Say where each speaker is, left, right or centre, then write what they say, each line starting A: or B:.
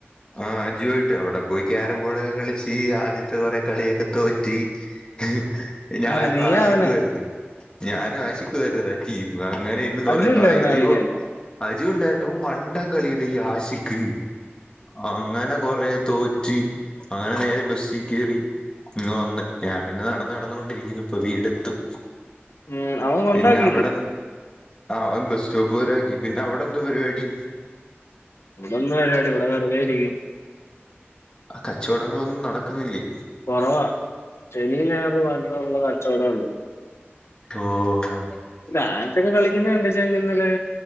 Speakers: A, on the left (about 20°); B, on the left (about 85°).
A: ആ അജുവാ യിട്ടവടെ പോയി ക്യാരം ബോഡൊക്കെ കളിച്ച് ആദ്യത് ത്തെ കൊറെ കളിയൊക്കെ തോറ്റ് ഹ് ഞാനും
B: ആരാ നീയാ
A: ആശിക്കുവേര്ന്ന്
B: അവനെ
A: ഞാനും ആശിക്കുവേരുന്നെടാ ടീമ് അങ്ങനെ ഇരുന്ന് കൊറെ
B: അജു
A: കളി
B: ഇല്ലായിരുന്നോ കളിക്കാൻ
A: ദീപു അജു ണ്ടായിരുന്നു ഓൻ മണ്ടം കളിയേനു ഈ ആശിക്ക് അങ്ങനെ കൊറേ തോറ്റി അങ്ങനെ നേരെ ബസ്സി ക്കേറി ഇങ്ങ് വന്ന് ഞാൻ പിന്നെ നടന്ന് നടന്നോണ്ടിരിക്ക്‌ന്ന് ഇപ്പ വീടെത്തും.
B: ഉം അവൻ കൊണ്ടാക്കിയില്ലേ
A: പിന്നവിടന്ന് ആഹ് അവൻ ബസ് സ്റ്റോപ്പ് വരാക്കി പിന്നവിടെന്തു പരിപാടി?
B: വിടെന്ത് പരിപാടി ഇവിടെ വെറുതേയിരിക്ക്‌ന്ന്.
A: കച്ചവടങ്ങളൊന്നും നടക്കുന്നില്ലി?
B: കൊറവാ ശനിയും ഞായറുവണ്ടുള്ള കച്ചവടേ ഉള്ള്.
A: ഓഹ്.
B: ഡാൻസൊക്കെ കളിക്കുന്നണ്ട് ചങ്ക് ഇന്നലെ